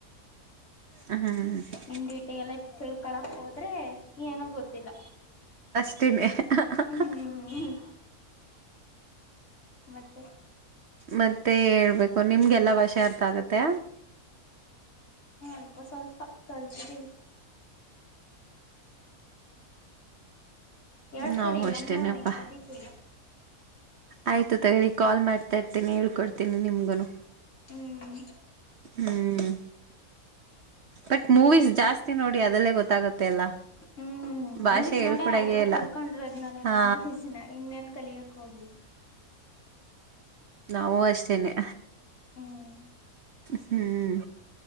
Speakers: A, on the right (about 55°); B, on the left (about 55°).
A: ಹಾ <inaudible>
B: ಇ ಡೀಟೇಲ್ ತಿಳ್ಕಳಕ್ ಹೋದ್ರೆ ಏನೋ ಗೊತ್ತಿಲ್ಲ.
A: ತಮ್ಮ <unintelligible>
B: ಹ್ಞೂ ಹ್ಞೂ ಹ್ಞೂ ಮತ್ತೆ-
A: ಮತ್ತೆ ಹೇಳ್ಬೇಕು ನಿಮ್ಗೆಲ್ಲ ಭಾಷೆ ಅರ್ಥ ಆಗತ್ತೆ.
B: ಸ್ವಲ್ಪ ಸ್ವಲ್ಪ ಕಲ್ಸಿದ್ದವಿ. ಹೇಳ್ಕೊಡಿ
A: ನಾವು ಅಷ್ಟೇನೆಪ್ಪಾ
B: ನಮಗೂನು ಕಲಿತೀವಿ.
A: ಆಯ್ತು ತಡಿ ಕಾಲ್ಮಾಡ್ತಾ ಇರ್ತನಿ ಹೇಳ್ಕೊಡ್ತೀನಿ ನಿಮ್ಗುನು.
B: ಹ್ಮ್
A: ಹ್ಮ್, ಬಟ್ ಮೂವೀಸ್ ಜಾಸ್ತಿ ನೋಡಿ ಅದರಲ್ಲೇ ಗೊತ್ತಾಗುತ್ತೆ ಅಲ್ಲಾ.
B: ಹ್ಮ್ ಮೂವೀಸ್
A: ಭಾಷೆ ಹೇಳ್ಕೊಡದೆಇಲ್ಲ
B: ನೋಡೇ ಅರ್ಧ ತಿಳ್ಕೊಂಡಿರೋದು ನಾನು
A: ಹಾ
B: ಲಾಂಗ್ವೇಜ್ನ ಇನ್ನೆಲ್ಲಿ ಕಲಿಯಕ್ಕೆ ಹೋಗ್ಲಿ
A: ನಾವುಅಷ್ಟೇನೆ
B: ಹ್ಮ್
A: ಹ್ಮ್,